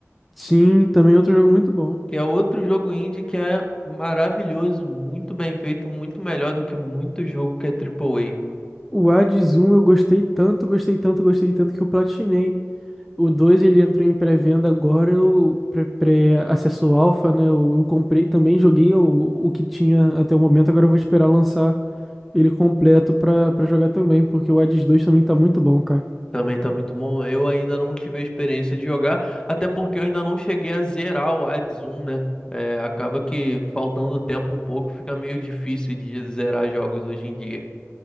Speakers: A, in the centre; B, on the left (about 15°).
A: Sim, também é outro jogo muito bom.
B: que é outro jogo indie que é maravilhoso, muito bem feito, muito melhor do que muito jogo que é triplo A
A: O Hades 1 eu gostei tanto, gostei tanto, gostei tanto que eu platinei. O 2 ele entrou em pré-venda agora, eu pré, pré- acesso alfa, né? Eu, eu comprei também, joguei o, o que tinha até o momento, agora eu vou esperar lançar ele completo pra, pra jogar também, porque o Hades dois também tá muito bom, cara.
B: Também tá muito bom. Eu ainda não tive a experiência de jogar, até porque eu ainda não cheguei a zerar o Hades 1, né? É, acaba que faltando tempo um pouco, fica meio difícil de zerar jogos hoje em dia.